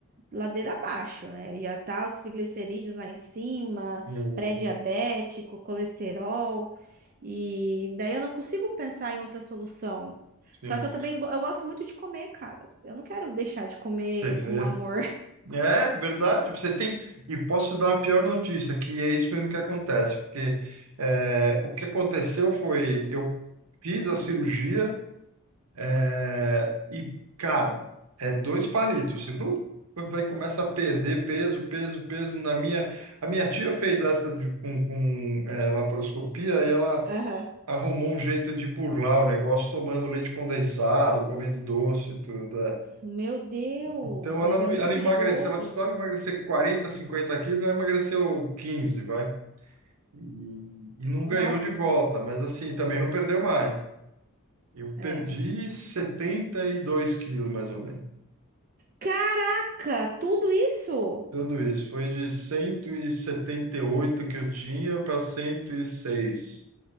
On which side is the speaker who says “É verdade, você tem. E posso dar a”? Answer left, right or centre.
Right